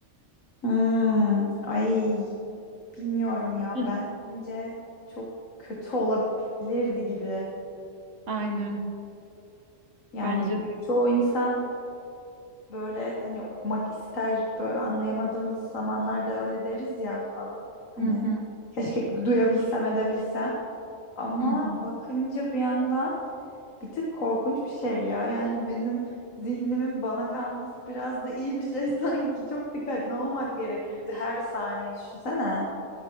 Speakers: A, on the left; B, on the right.
A: Hmm, ay bilmiyorum ya
B: <laughs>
A: bence çok kötü olabilirdi gibi.
B: Aynen.
A: Yani
B: Bence de.
A: çoğu insan böyle hani okumak ister böyle anlayamadığımız zamanlarda öyle deriz ya falan. Hani
B: Hı hı.
A: keşke duyabilsem edebilsem. Ama
B: Hı hı.
A: bakınca bir yandan bir tık korkunç bir şey ya. Yani benim zihnimin bana kalması biraz da iyi bir şey <laughs> sanki. Çok dikkatli olmak gerekirdi her saniye düşünsene.